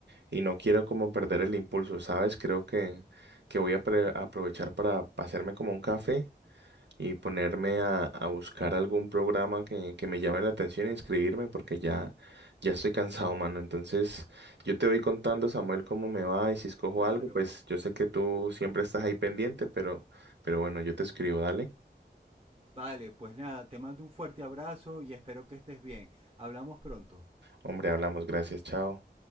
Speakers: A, on the right; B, on the right.
A: y no quiero como perder el impulso, ¿sabes? Creo que, que voy a pre- a aprovechar para hacerme como un café y ponerme a, a buscar algún programa que, que me llame la atención e inscribirme porque ya, ya estoy cansado, mano. Entonces, yo te voy contando, Samuel, cómo me va y si escojo
B: Claro.
A: algo, pues yo sé que tú siempre estás ahí pendiente, pero, pero bueno, yo te escribo, dale.
B: Vale, pues nada, te mando un fuerte abrazo y espero que estés bien. Hablamos pronto.
A: Hombre, hablamos, gracias, chao.